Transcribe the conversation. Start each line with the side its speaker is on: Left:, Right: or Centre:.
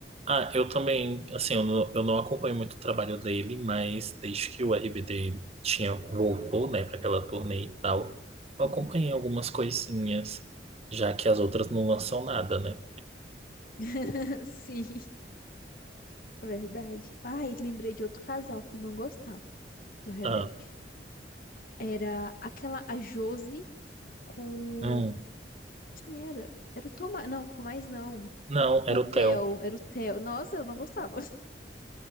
Right: Ah, eu também, assim, eu não, eu não acompanho muito o trabalho dele, mas desde que o RBD tinha, voltou, né, para aquela turnê e tal, eu
Left: Uhum.
Right: acompanhei algumas coisinhas, já que as outras não lançam nada, né?
Left: <laughs> Sim, verdade. Ai, lembrei de outro casal que eu não gostava do Rebelde.
Right: Ah,
Left: Era aquela, a Josi com.
Right: hum.
Left: o- Quem era? Era o Tomás. Não, Tomás não.
Right: Não,
Left: O
Right: era o Theo.
Left: Theo, era o Theo. Nossa, eu não gostava. <laughs>